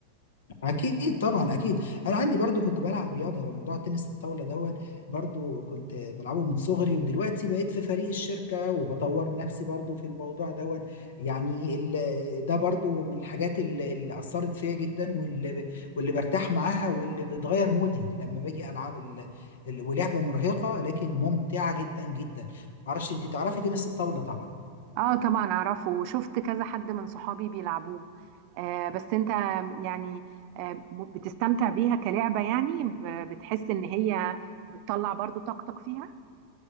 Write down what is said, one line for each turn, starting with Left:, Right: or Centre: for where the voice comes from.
Left: اكيد طبعا اكيد انا عندي برضو كنت بلعب رياضه موضوع تنس الطاوله دون برضو كنت بلعبه من صغري ودلوقتي بقيت في فريق الشركه وبطور نفسي برضو في الموضوع دون يعني ال- ده برضو من الحاجات اللي اللي اثرت فيا جدا واللي ب- واللي برتاح معاها واللي بتغير مودي لما باجي العب ال... ال... ولعبه مرهقه لكن ممتعه جدا جدا معرفش انت تعرفي تنس الطاوله طبعا
Right: اه طبعا أعرفه وشفت كذا حد من صحابي بيلعبوه آه، بس أنت يعني آه، م- بتستمتع بيها كلعبة يعني ب- بتحس إن هي بتطلع برضو طاقتك فيها